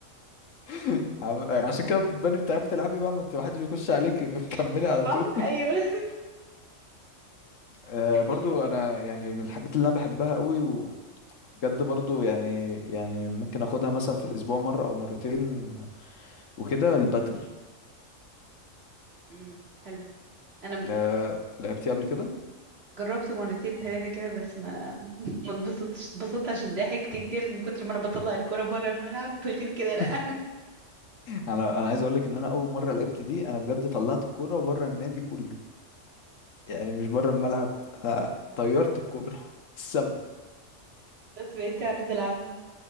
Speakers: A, on the left; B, on the right.
A: <laughs> عم- عشان كده بني بتعرفي تلعبي بقى ما انت محدش بيخش عليكي <laughs> بتكملي
B: <laughs>
A: على
B: صح
A: طول
B: ايوه
A: آه برضو
B: طب
A: انا يعني من الحاجات اللي انا بحبها قوي وبجد برضو يعني يعني ممكن اخدها مثلا في الاسبوع مرة او مرتين وكده البدل
B: امم حلو انا م-
A: آه لعبتي قبل كده
B: جربت مرتين ثلاثه كده بس ما ما اتبسطتش اتبسطت عشان ضحكت كتير من كتر ما انا بطلع الكوره بره الملعب <laughs> غير كده لا
A: <laughs>
B: <laughs>
A: انا انا عايز اقول لك ان انا اول مره لعبت دي انا بجد طلعت الكوره بره النادي كله يعني مش بره الملعب آه، طيرت الكوره <laughs> السما
B: بس بقيت اعرف العبها